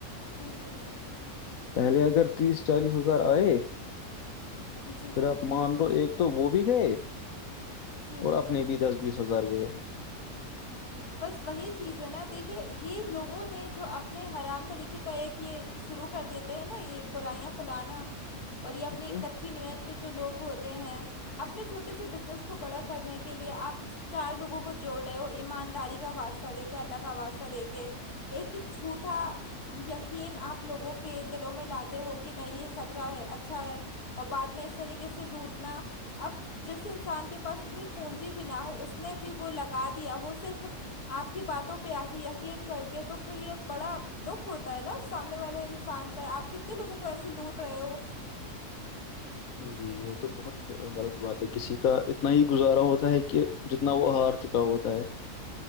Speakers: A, on the left; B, on the left.
A: جی جی جی
B: پہلے اگر تیس چالیس ہزار آئے
A: جی جی
B: پھر آپ مان رہو ایک تو وہ بھی گئے
A: جی
B: اور اپنے بھی دس بیس ہزار گئے
A: بس وہی چیز ہے نا دیکھیے یہ لوگوں نے جو اپنے حرام طریقے کا ایک یہ شروع کر دیتے ہیں نا یہ برائیاں پھیلانا اور یہ اپنی
B: ہوں
A: کچی نیت کے جو لوگ ہوتے ہیں اپنے چھوٹے سے بزنس کو بڑا کرنے کے لیے آپ چار لوگوں کو جوڑ رہے وہ ایمانداری کا واسطہ دیک کے اللہ کا واسطہ دیک کے ایک چھوٹا <unintelligible> <unintelligible> یقین آپ لوگوں کے دلوں میں لاتے ہو کہ نہیں یہ سچا ہے اچھا ہے اور بعد میں اس طریقے سے لوٹنا اب جس انسان کے پاس اتنی پونجی بھی نہ ہو اس نے بھی وہ لگا دیا ہو صرف آپ کی باتوں پہ آ کے یقین کر کے تو پھر یہ بڑا دکھ ہوتا ہے نا اس سامنے والے انسان کا آپ کتنے لوگوں کو ایسے لوٹ رہے ہو
B: جی یہ تو بہت غلط بات ہے کسی کا اتنا ہی گزارا ہوتا ہے کہ جتنا وہ ہار چکا ہوتا ہے